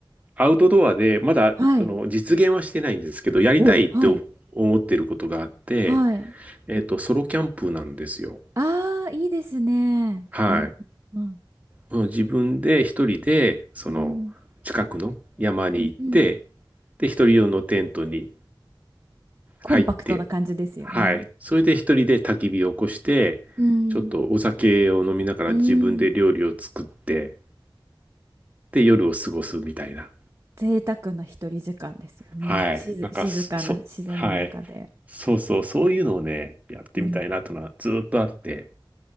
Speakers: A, on the right; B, on the right.
A: アウトドアで、まだ、
B: はい。
A: その、実現はしてないんですけど、やりたいって思思ってることがあって、
B: お、はい。はい。
A: えっと、ソロキャンプなんですよ。
B: ああ、いいですね。
A: はい。
B: あ、うん
A: うん自分で一人で、その、
B: うん、
A: 近くの山に行って、
B: うん、うん、
A: で、一人用のテントに
B: コンパクトな感じですよね。
A: 入って、はい。それで一人で焚き火を起こして、
B: うん、
A: ちょっとお酒を飲みながら自分で料理を作って、
B: うん、
A: で、夜を過ごすみたいな。
B: 贅沢な一人時間ですよね。
A: はい。
B: 静、
A: なんかそ、
B: 静かな自然の中で。
A: そはい。そうそう、そういうのをね、やってみたいなというのはずーっとあって、
B: うん、